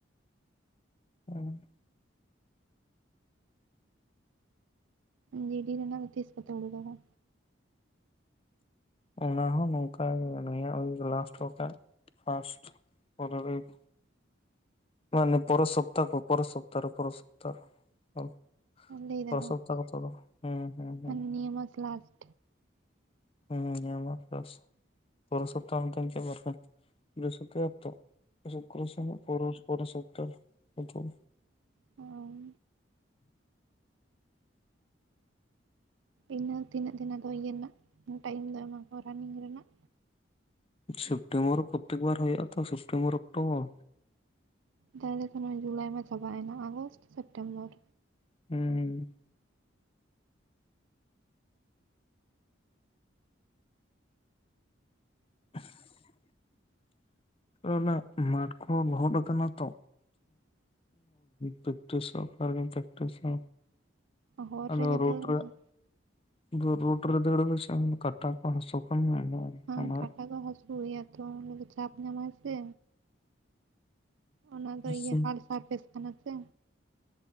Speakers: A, on the left; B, on the right.
A: ᱦᱩᱸ
B: ᱡᱤ ᱰᱤ ᱨᱮᱱᱟᱝ ᱛᱤᱥ ᱠᱚᱛᱮ ᱩᱰᱩᱠ ᱫᱟᱲᱮᱭᱟ
A: ᱚᱱᱟ ᱦᱚᱸ ᱱᱚᱝᱠᱟ ᱜᱮ ᱱᱤᱭᱟᱹ ᱩᱭᱤᱠ ᱞᱟᱥᱴ ᱵᱟᱝᱠᱷᱟᱱ ᱯᱷᱟᱥᱴ ᱯᱚᱨᱮᱨ ᱩᱭᱤᱠ ᱢᱟᱱᱮ ᱯᱚᱨ ᱥᱯᱛᱟᱦᱚ ᱯᱚᱨ ᱥᱚᱯᱟᱦ ᱨᱮ ᱯᱚᱨ ᱥᱚᱛᱟᱦᱚ ᱨᱮ
B: ᱞᱟᱹᱭ ᱫᱟᱠᱚ
A: ᱯᱨ ᱥᱚᱯᱛᱟᱦ ᱠᱟᱛᱷᱟ ᱫᱚ ᱦᱮᱸ ᱦᱮᱸ
B: ᱢᱟᱱᱮ
A: ᱦ
B: ᱱᱤᱭᱟᱹ ᱢᱟᱥ ᱞᱟᱥᱴ
A: ᱦᱩᱸᱱᱤᱭᱟᱹ ᱢᱟᱥ ᱞᱟᱥᱴ ᱯᱩᱨᱮ ᱥᱚᱯᱛᱟᱦ ᱤᱱᱠᱟᱹᱤᱱᱠᱟᱹ ᱵᱟᱨᱯᱮ ᱵᱤᱨᱚᱥᱯᱚᱛᱤᱵᱟᱨ ᱛᱚ ᱥᱩᱠᱽᱨᱚ ᱥᱩᱱᱤ ᱯᱚᱨᱮ ᱯᱚᱨᱮ ᱥᱚᱯᱛᱟᱦᱚ ᱱᱤᱛᱚᱜ
B: ᱦᱚᱸ ᱤᱱᱟᱹ ᱛᱤᱱᱟᱹᱜ ᱫᱤᱱ ᱫᱚ ᱤᱭᱟᱹ ᱨᱮᱱᱟᱜ ᱴᱟᱭᱤᱢ ᱫᱚ ᱮᱢᱟ ᱠᱚᱣᱟ ᱨᱟᱱᱤᱝ ᱨᱮᱱᱟᱜ
A: ᱥᱮᱯᱴᱮᱢᱵᱚᱨ ᱯᱨᱚᱛᱮᱠ ᱵᱟᱨ ᱦᱩᱭᱩᱜᱼᱟ ᱛᱚ ᱥᱮᱯᱴᱮᱢᱵᱚᱨ ᱚᱠᱴᱳᱵᱚᱨ
B: ᱛᱟᱦᱚᱞᱮ ᱥᱮ ᱱᱚᱭ ᱡᱩᱞᱟᱭ ᱢᱟ ᱪᱟᱵᱟᱭᱮᱱᱟ ᱟᱜᱚᱥᱴ ᱥᱮᱯᱴᱮᱢᱵᱚᱨ
A: ᱦᱮᱸ <unintelligible> ᱚᱱᱟ ᱢᱟᱴ ᱠᱚᱦᱚ ᱞᱚᱦᱚᱫ ᱠᱟᱱᱟ ᱛᱚ ᱯᱮᱠᱴᱤᱥ ᱦᱚ ᱚᱠᱟ ᱨᱮᱜᱮᱢ ᱯᱮᱠᱴᱤᱥᱼᱟ
B: ᱦᱚᱨ
A: ᱟᱫᱚ
B: ᱨᱮᱜᱮ
A: ᱨᱚᱰ
B: ᱫᱟᱹᱲ
A: ᱨᱮ
B: ᱢᱮ
A: ᱨᱳᱰ ᱨᱮ ᱫᱳᱲ ᱫᱚᱥᱮ ᱠᱟᱴᱟ ᱠᱚ ᱦᱟᱥᱚ ᱠᱟᱱᱟ
B: ᱦᱮ
A: ᱚᱱᱟ
B: ᱠᱟᱴᱟ ᱠᱚ ᱦᱟᱹᱥᱩ ᱜᱮᱭᱟ ᱛᱚ ᱚᱸᱰᱮ ᱫᱚ ᱪᱟᱯ ᱧᱟᱢᱟᱭ ᱥᱮ ᱚᱱᱟ ᱫᱚ ᱤᱭᱟᱹ
A: ᱥᱤᱢ
B: ᱦᱟᱲ ᱥᱟᱨᱯᱷᱮᱥ ᱠᱟᱱᱟ ᱥᱮ